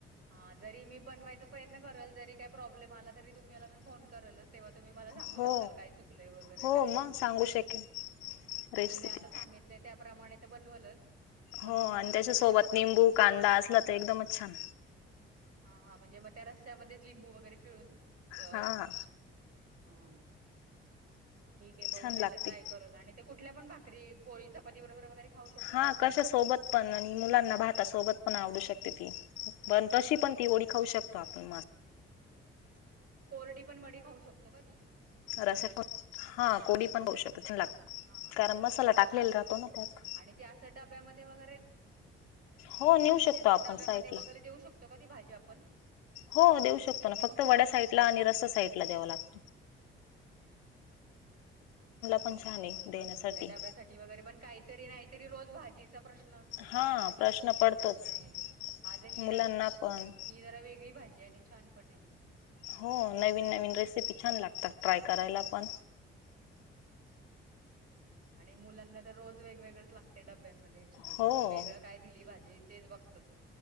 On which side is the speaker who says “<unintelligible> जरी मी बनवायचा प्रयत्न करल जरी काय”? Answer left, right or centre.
Right